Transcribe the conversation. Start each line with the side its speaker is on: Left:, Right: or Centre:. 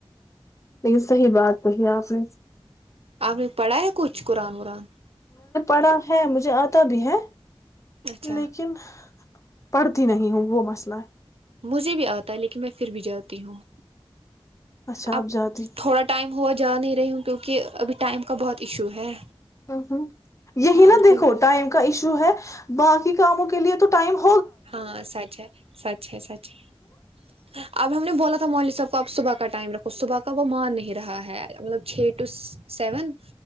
Left: لیکن صحی بات تو کیا آپ <inaudible>
Right: اب نے پڑھا ہے کچھ قرآن ورن <unintelligible>
Left: کڑا ہے مجھے آتا بھی ہے
Right: اچھا
Left: لیکن پڑھتی نہیں ہوں وہ مسئلہ ہے
Right: مجھے بھی آتا ہے لیکن میں پھر بھی جاتی ہوں
Left: اچھا
Right: اب
Left: آپ جاتی ہ
Right: تھوڑا ٹائم ہوا جا نہیں رہی ہوں کیونکہ ابھی ٹائم کا بہت ایشو ہے
Left: ہ ہ یہی
Right: ہاں
Left: نا دیکھو
Right: کیوں
Left: ٹائم کا ایشو ہے باقی کاموں کے لیے تو ٹائم ہو
Right: ہاں سچ ہے سچ ہے سچ ہے اب ہم نے بولا تھا مولداحب کوب صب کا ٹائم رکھو صبح کا کا وہ مان نہیں رہا ہے مطلب چھ ٹو سیون